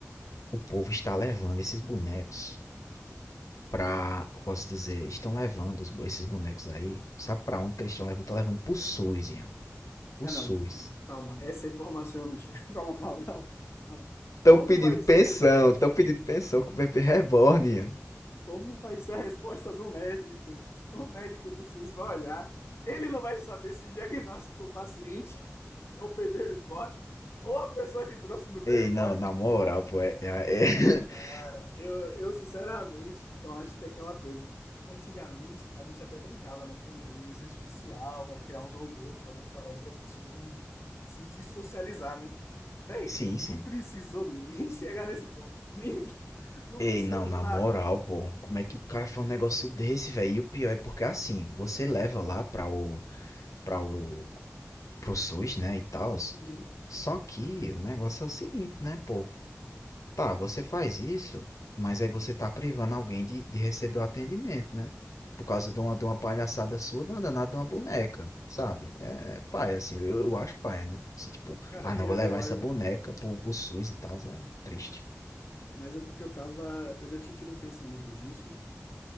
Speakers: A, on the left (about 85°); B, on the left (about 55°).
A: O povo está levando esses bonecos pra. como Posso dizer, estão levando os bo- esses bonecos aí. Sabe pra onde que eles estão levando? Estão levando pro SUS, Ian. Pro
B: Ah,
A: SUS.
B: não, não, não. Calma, essa é informação eu não tinha. <laughs> Calma, calma, calma. calma.
A: Estão
B: Como
A: pedindo
B: vai
A: pensão,
B: ser?
A: estão pedindo pensão com o bebê reborn. Ian.
B: Como vai ser a resposta do médico? O médico do SUS vai olhar, ele não vai saber se diagnostica o paciente, que é o bebê reborn, ou a pessoa que trouxe o bebê
A: Ei,
B: reborn,
A: não, na
B: porque
A: moral, pô, é, é- é- <laughs>
B: Cara, eu, eu sinceramente, eu acho que é aquela coisa. Antigamente, a gente até brincava, né? Pô, inteligência artificial, vai criar uns robôs, vai fazer umas paradas que as pessoas vão se dissocializar, né? Véi,
A: Sim, sim.
B: não precisou nem <laughs> chegar nesse ponto. Nem, não
A: Ei,
B: precisou
A: não, na
B: de nada.
A: moral, pô, como é que o cara faz um negócio desse, velho? E o pior é porque assim, você leva lá pra o, pra o pro SUS, né, e tal.
B: Uhum.
A: Só que o negócio é o seguinte, né, pô? Tá, você faz isso, mas aí você tá privando alguém de, de receber o atendimento, né? Por causa de uma, de uma palhaçada sua, de uma danada de uma boneca, sabe? É, é paia, assim, eu, eu acho paia, né? Você, tipo,
B: Cara,
A: ah,
B: eu,
A: não, vou levar
B: eu acho.
A: essa boneca pro, pro SUS e tal, é triste.
B: Mas é porque eu tava. Eu já tinha tido um pensamento disso